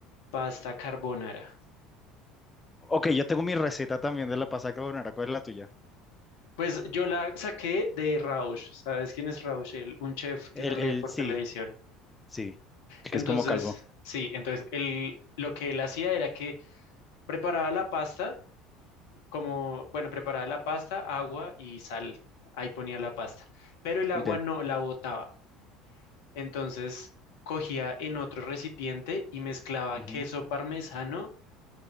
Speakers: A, on the left; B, on the left.
A: Pasta carbonara.
B: Ok, yo tengo mi receta también de la pasta carbonara. ¿Cuál es la tuya?
A: Pues yo la saqué de Rausch. ¿Sabes quién es Rausch? El- un chef que
B: El,
A: sale
B: el,
A: por
B: sí,
A: televisión.
B: sí. Que
A: Entonces,
B: es como calvo.
A: sí, entonces él, lo que él hacía era que preparaba la pasta, como, bueno, preparaba la pasta, agua y sal. Ahí ponía la pasta. Pero el agua
B: Ok.
A: no la botaba. Entonces cogía en otro recipiente y mezclaba
B: ujú,
A: queso parmesano